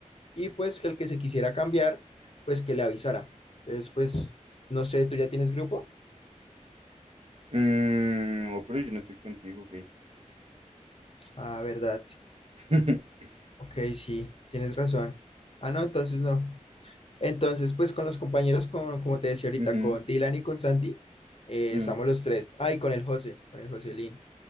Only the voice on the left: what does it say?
y pues que el que se quisiera cambiar, pues que le avisara. Entonces, pues, no sé, ¿tú ya tienes grupo?
Ah, ¿verdad?
Ok, sí, tienes razón. Ah, no, entonces no. Entonces, pues con los compañeros, con- como te decía ahorita,
con Dylan y con Santi, eh,
estamos los tres. Ay, con el José, con el Joselín.